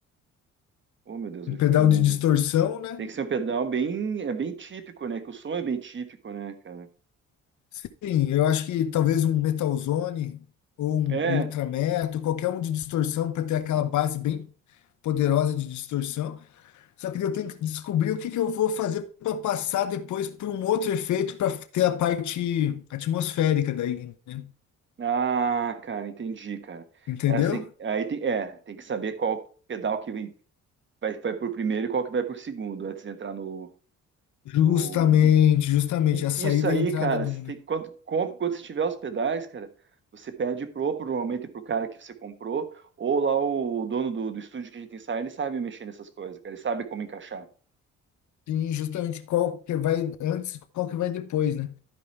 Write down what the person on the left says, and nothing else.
um
pedal
de
distorção, né?
Sim, eu acho que talvez um metalzone ou um
ultra metal, qualquer um de distorção para ter aquela base bem poderosa de distorção. Só que daí eu tenho que descobrir o que que eu vou fazer para passar depois para um outro efeito para ter a parte atmosférica daí, né?
Entendeu?
Justamente,
justamente
a saída
e a entrada
do
um, né?
Sim, justamente qual que vai antes, e qual que vai depois, né?